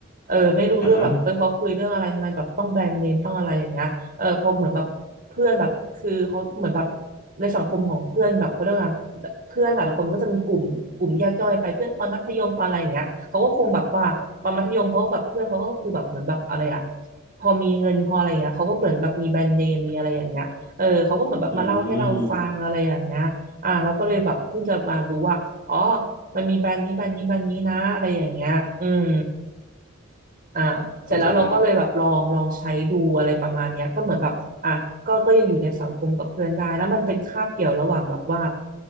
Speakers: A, on the right (about 40°); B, on the left (about 40°).
A: เออไม่รู้เรื่องแบบเออเขาคุยเรื่องอะไรทำไมแบบต้องแบรนด์เนมต้องอะไรอย่างเงี้ยเออพอเหมือนแบบเพื่อนแบบคือเขาเหมือนแบบ
B: อ่าฮะ
A: ในสังคมของเพื่อนแบบเขาเรียกว่าไงเพื่อนแต่ละคนมันก็จะมีกลุ่มกลุ่มแยกย่อยไปเพื่อนตอนมัธยมตอนอะไรอย่างเงี้ยเขาก็คงแบบว่าตอนมัธยมเขาก็แบบเพื่อนเขาก็คือแบบเหมือนแบบอะไรอะพอมีเงินพออะไรอย่างเงี้ยเขาก็เหมือนแบบมีแบรนด์เนมมีอะไรอย่างเงี้ยเออเขาก็เหมือนแบบมาเล่าให้เราฟังอะไรอย่างเงี้ย
B: อืม
A: อ่าเราก็เลยแบบเพิ่งจะมารู้ว่าอ๋อมันมีแบรนด์นี้แบรนด์นี้แบรนด์นี้นะอะไรอย่างเงี้ยอืม อ่าเสร็จแล้วเราก็เลยแบบลองลองใช้ดูอะไรประมาณเนี้ยก็เหมือนแบบอ่ะก็ก็ยังอยู่ในสังคมกับเพื่อนได้แล้วมันเป็นคาบเกี่ยวระหว่างแบบว่า
B: เข้าใจได้